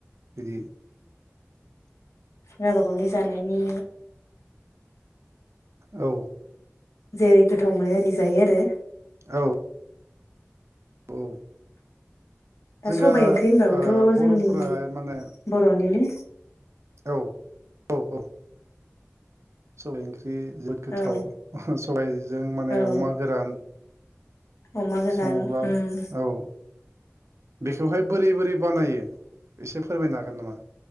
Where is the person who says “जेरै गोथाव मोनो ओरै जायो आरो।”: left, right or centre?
Left